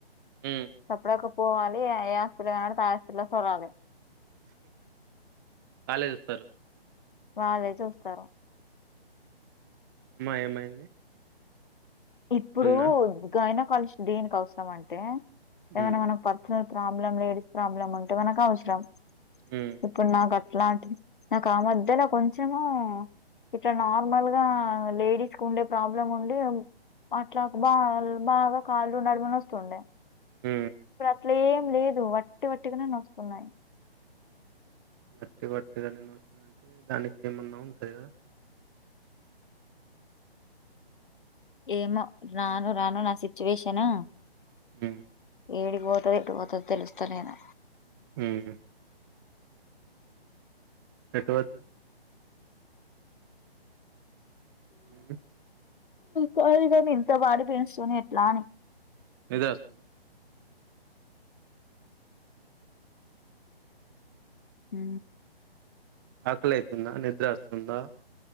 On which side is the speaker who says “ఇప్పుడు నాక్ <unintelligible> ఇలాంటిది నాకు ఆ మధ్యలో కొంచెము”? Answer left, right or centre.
Left